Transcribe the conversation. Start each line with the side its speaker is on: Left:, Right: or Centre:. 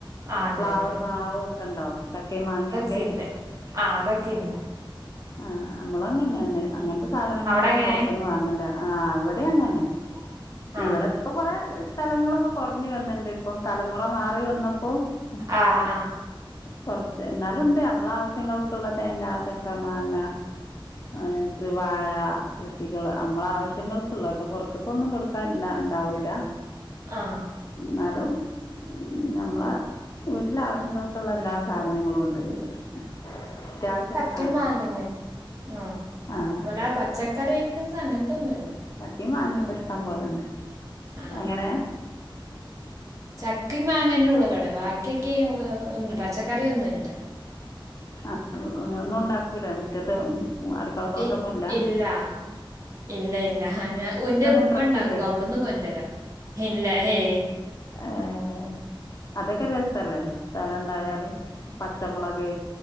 Right: ആ ഇണ്ട്
Left: പ്ലാവ്,
Right: ഇണ്ട്
Left: മാവ് ഒക്കെ എണ്ടോ ചക്കേം മാങ്ങയൊ
Right: സിണ്ട് ആഹ് അതൊക്കെയിണ്ട്
Left: ആഹ് അമ്മളു അങ്ങനെന്നേ അങ്ങനത്തെ സാധനങ്ങളൊന്നും
Right: അങ്ങനെന്നെ
Left: പൊറത്ത്ന്ന്
Right: എന്തെങ്കിലൊക്കെ
Left: വാങ്ങണ്ട ആഹ് ഇവിടെ അങ്ങനെന്നേ
Right: അങ്ങന്നെ
Left: ഇവടെ ഇപ്പൊ കൊറേ സ്ഥലങ്ങളൊ ക്കെ കൊറ്ഞ്ഞ് വന്ന്ണ്ട് ഇപ്പം തലമുറ മാറി വന്നപ്പോ ഉം
Right: ആഹ്
Left: കൊറ ഏഹ് എന്നാലുണ്ട് നമ്മളാവശ്യങ്ങൾക്ക്ള്ള തേങ്ങ, ചക്ക, മാങ്ങ <unintelligible> വാഴ കൃഷികള് അമ്മളാവശ്യങ്ങൾക്ക്ള്ളേട്ടോ പൊറ്ത്ത്ക്കൊന്നും കൊടുക്കാന്ല്ലാ ഇണ്ടാവൂല്ല
Right: ആഹ്
Left: ന്നാലും ഉം നമ്മളെ വീട്ടിലെ ആവശ്യങ്ങൾക്ക്ള്ള എല്ലാ സാധനങ്ങളു ഉണ്ട് വീട്ടില് അത്യാവശ്യള്ളഹ്
Right: ക്കിമ്മാങ്ങന്നെ ആഹ്
Left: ആഹ്
Right: ഇവടാ പച്ചക്കറി ഐറ്റംസ് അങ്ങത്തൊന്നു
Left: ചക്കിം മാങ്ങിയൊക്കെ ഇഷ്ടം പോലെണ്ട്
Right: ആഹ്
Left: എങ്ങനെ
Right: ചക്കിം മാങ്ങന്നെ ഉള്ളു ഇവടെ ബാക്കിയൊക്ക്യേ <unintelligible> പച്ചക്കറിയൊന്നുല്ല
Left: ആഹ് ഒ ഒന്നും ഉണ്ടാക്കൂലെ മുറ്റത്ത് മു അടുക്കള തോട്ടൊന്നുല്ല
Right: ഇ ഇല്ല ഇല്ല ഇല്ലാ ഹാ ഞാ ഉന്റെ ഉപ്പ
Left: ഇൻട്രസ്റ്റ്
Right: ഇണ്ടാക്കു
Left: ഇല്ലേ
Right: അവുട്ന്ന് കൊന്റെര ഹില്ല ഹേ
Left: ഏഹ് അതൊക്കെര് രസല്ലേ സ്ഥലണ്ടായാല് പച്ചമുളക്